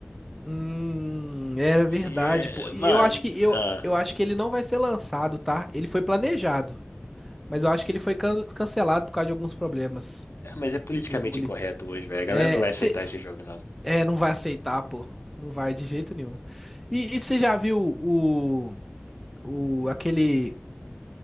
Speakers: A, in the centre; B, on the left.
A: Hum, era verdade,
B: Tinha-
A: pô. E
B: Mano,
A: eu acho que eu,
B: ah,
A: eu acho que ele não vai ser lançado, tá? Ele foi planejado, mas eu acho que ele foi can- cancelado por causa de alguns problemas.
B: mas é politicamente
A: O bully.
B: incorreto hoje, velho. A galera
A: É,
B: não vai aceitar
A: cê,
B: esse jogo, não.
A: é, não vai aceitar, pô. Não vai de jeito nenhum. E você já viu o, o aquele